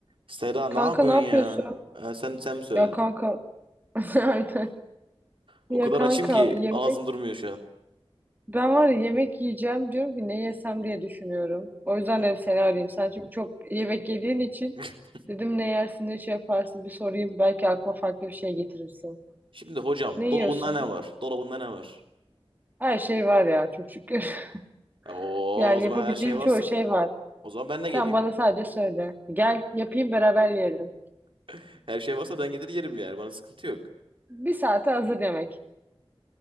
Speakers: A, on the right (about 60°); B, on the right (about 20°).
A: Seda ne
B: Kanka
A: yapıyorsun
B: ne yapıyorsun?
A: ya? Ee, sen sen mi söyledin?
B: Ya kanka <laughs> aynen.
A: O
B: Ya
A: kadar
B: kanka
A: açım ki
B: yemek
A: ağzım durmuyor şu an.
B: ben var ya yemek yiyeceğim diyorum ki ne yesem diye düşünüyorum. O yüzden
A: Hı.
B: dedim seni arayayım. Sen çünkü çok yemek yediğin için
A: <laughs>
B: dedim ne yersin ne şey yaparsın bir sorayım belki aklıma farklı bir şey getirirsin.
A: Şimdi hocam
B: Ne yiyorsun?
A: dolabında ne var? Dolabında ne var?
B: Her şey var ya çok şükür. <laughs>
A: Ya, Oo,
B: Yani
A: o zaman
B: yapabileceğim
A: her şey varsa
B: çoğu şey var.
A: o zaman ben de geleyim.
B: Sen bana sadece söyle. Gel yapayım beraber yiyelim.
A: <laughs> Her şey varsa ben gelir yerim yani bana sıkıntı yok.
B: Bir saate hazır yemek.